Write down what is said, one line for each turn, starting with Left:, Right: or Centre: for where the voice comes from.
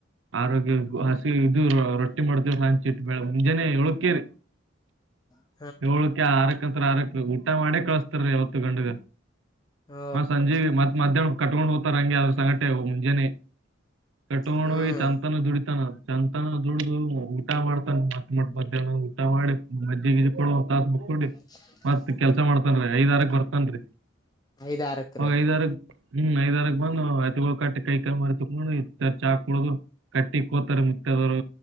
Right: ಆರೋಗ್ಯ ಹಸಿ ಇದು ರೊಟ್ಟಿ ಮಾಡ್ತೇವ ಹಂಚಿ ಇಟ್ ಮೇಳ ಮುಂಜಾನೆ ಏಳುಕ್ಕೆರಿ
Left: ಹ <unintelligible>
Right: ಏಳಕ್ಕ ಆರಕ್ಕ ಅಂದ್ರೆ ಆರಕ್ಕ ಊಟ ಮಾಡಿ ಕಳಸ್ತಾರೀ ಯಾವತ್ತು ಗಂಡಗ
Left: ಓ
Right: ಮತ್ ಸಂಜೀಗಿ ಮತ್ ಮಧ್ಯಾಹ್ನಕೂ ಕಟ್ಕೊಂಡ್ ಹೋಗ್ತಾರ ಹಂಗೆ ಅದ್ರ ಸಂಗಟೆ ಮುಂಜಾನೆ ಕಟ್ಕೊಂಡು
Left: ಹ್ಮ್
Right: ಹೋಗಿ ಸಂಜತಾನ ದುಡಿತಾನ ಸಂಜತನ ದುಡ್ದು ಊಟ ಮಾಡ್ತಾನ ಮತ್ತ ಮಟ್ಟ ಮಧ್ಯಾಹ್ನ ಊಟ ಮಾಡಿ ಮಜ್ಜಿಗ್ ಗಿಜಿಗ್ ಕೊಡ್ದು ಒಂದ್ ತಾಸ್ ಕೂತ್ಕೊಂಡಿ
Left: <inaudible>
Right: ಕೆಲ್ಸ ಮಾಡ್ತನ್ರಿ ಐದಾರಕ್ ಬರ್ತನ್ರೀ
Left: ಐದಾರಕ್
Right: ಅವಾಗ
Left: ರೀ
Right: ಐದಾರಕ್ ಹ್ಮ್ ಐದಾರಕ್ ಬಂದು ಎತ್ಗಳ ಕಟ್ಟಿ ಕೈಕಾಯ ಮಾರಿ ಕುತ್ಕೊಂಡು ಇತ ಚಾ ಕುಡುದು ಕಟ್ಟಿ ಕೋತಾರ ಮುುತ್ತದವರು